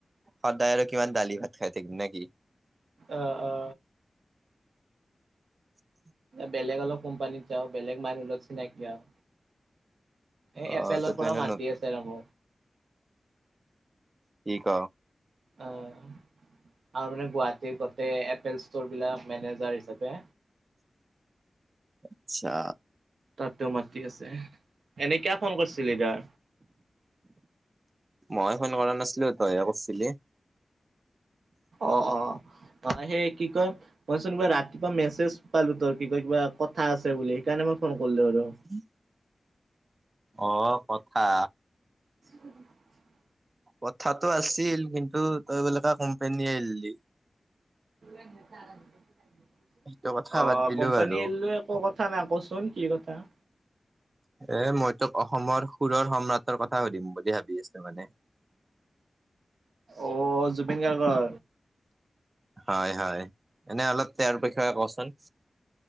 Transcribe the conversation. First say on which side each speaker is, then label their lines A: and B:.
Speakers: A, on the right; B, on the right.
A: সদায় আৰু কিমান দালি ভাত খাই থাকিম নে কি
B: অ অ
A: <unintelligible>
B: বেলেগ অলপ কোম্পানীত যাওঁ বেলেগ মানুহ লগত চিনাকি আউ এ
A: অ
B: এপেলৰ
A: তইতো
B: পৰা
A: এনে
B: মাতি
A: নতুন
B: আছে ৰব
A: কি ক
B: আ আৰু মানে গুৱাহাটীৰ গটেই এপেল ষ্টো'ৰবিলাক মেনেজাৰ হিচাপে
A: আতচ্ছা
B: তাতও মাতি আছে এনে কিয় ফোন কৰছিলি দাৰ
A: মই ফোন কৰা নাছিলো তই হে কৰছিলি
B: অ অ অ সেই কি কয় মইচোন ৰাতিপুৱা মেছেজ পালো তোৰ কি কয় কিবা কথা আছে বুলি সেইকাৰণে মই ফোন কৰলো আৰু
A: উম <unintelligible> অ কথা
B: উ <unintelligible>
A: কথাটো আছিল কিন্তু তই বোলে কা কোম্পানী এৰলি
B: এনেত আল <inaudible>
A: সেইটো কথা
B: অ
A: বাদ দিলো
B: কোম্পানী
A: বাৰু
B: এৰলো একো কথা নাই কচোন কি কথা
A: এ মই তোক অসমৰ সুৰৰ সম্ৰাটৰ কথা সুধিম বুলি ভাবি আছো মানে
B: অ জুবিন গাৰ্গৰ
A: হয় হয় এনে অলপ তেওঁৰ বিষয়ে কচোন